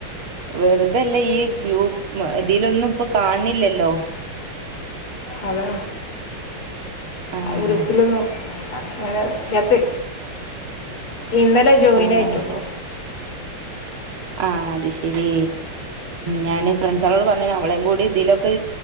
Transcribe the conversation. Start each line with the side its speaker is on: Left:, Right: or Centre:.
Right: വെറുതല്ല ഇയ്യ് ഗ്രൂപ്പ് ഇതിലൊന്നും ഇപ്പൊ കാണില്ലല്ലോ
Left: അതെ
Right: ആഹ്
Left: ആ ഗ്രൂപ്പിൽ ഒന്നും അങ്ങനെ ട്ട്
Right: <unintelligible>
Left: ഇന്നലെ ജോയിൻ
Right: ആഹ്
Left: ആയിട്ടുള്ളൂ
Right: ശരി. ആഹ് അത് ശരി ഞാന്ൻ ഫ്രണ്ട്സളോട് പറഞ്ഞ അവളേയും കൂടി ഇതിലൊക്കെ